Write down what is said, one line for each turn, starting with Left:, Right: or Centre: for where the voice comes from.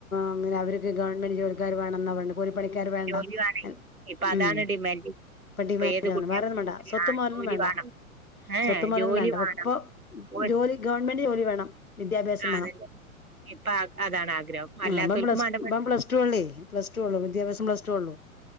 Left: ഒന്നിലാ അവരിക്ക് ഗവൺമെന്റ് ജോലിക്കാര് വേണംന്നാ പണ് കൂലി പണിക്കാര് വേണ്ട
Right: ജോലി വേണേ
Left: എൻ
Right: ഇപ്പൊ അതാണ്
Left: ഉം
Right: ഡിമാൻഡ്
Left: ഇപ്പ ഡിമാൻണ്ടാന്ന്‌
Right: ഇപ്പൊ ഏത് കുട്ടികൾക്കും
Left: വേറൊന്നും വേണ്ട
Right: ജോലി-
Left: സ്വത്തും
Right: ആ,
Left: മൊതലൊന്നും
Right: ജോലി
Left: വേണ്ട
Right: വേണം ഏ
Left: സ്വത്തു മൊതലൊന്നും
Right: ജോലി
Left: വേണ്ട
Right: വേണം
Left: വ് ഇപ്പൊ
Right: ഓ,
Left: ജോലി ഗവണ്മെന്റ് ജോലി വേണം വിദ്യാഭ്യാസം
Right: ആ,
Left: വേണം
Right: അതന്നെ ഇപ്പൊ ആ- അതാണ് ആഗ്രഹം അല്ലാത്തവർക്കും
Left: ആമ്പം പ്ലസ്
Right: വേണ്ട
Left: ടു
Right: പെണ്ണ്.
Left: ഇമ്പം പ്ലസ് ടു ഒള്ളേ പ്ലസ് ടു ഒള്ളു വിദ്യാഭ്യാസം പ്ലസ് ടു ഒള്ളു